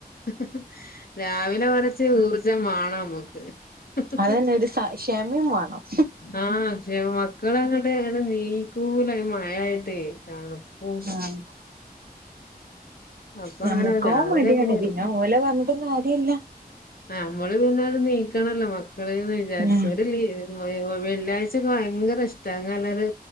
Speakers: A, on the left; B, on the right.
A: ഹ് ഹ് രാവിലെ കൊറച്ച് ഊർജംവാണം മ്മക്ക് ഹ്
B: അതന്നെ
A: ഹ്
B: ഒരു സ ക്ഷമയും വേണം
A: ആഹ് ജ് മ മക്കള് അങ്ങട്ട് നീക്കൂല ഈ മഴായിട്ടേ തണുപ്പും
B: ആഹ്
A: അപ്പൊ
B: ഞമ്മക്കോ
A: അങ്ങനെ രാവിലെ
B: മടിയാണ്
A: ഒരു പരി
B: പിന്നെ ഓല പറഞ്ഞിട്ടും കാര്യല്ല
A: ആഹ് നമ്മള് പിന്ന നീക്കണല്ലോ മക്കള് വിചാരിച്
B: ഉം
A: ഒര് ലീവ് വെള്ളിയാഴ്ചൊക്കെ ഭയങ്കര ഇഷ്ട ഭയങ്കര